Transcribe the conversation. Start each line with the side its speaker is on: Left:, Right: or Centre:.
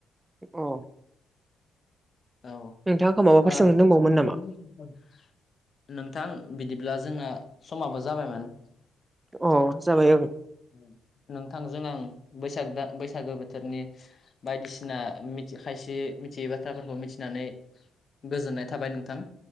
Right: अ
Left: औ
Right: नोंथाङा आंखौ माबाफोर
Left: ओ
Right: सोंनो दंबावोमोन
Left: <unintelligible>
Right: नामा
Left: नोंथां बिदिब्ला जोंना समाबो जाबायमोन।
Right: अ जाबाय ओं
Left: अ नोंथांजों आं बैसाग दा बैसागो बोथोरनि बायदिसिना मिथ जे खायसे मिथियै बाथ्राफोरखौ मिथिनानै गोजोननाय थाबाय नोंथां।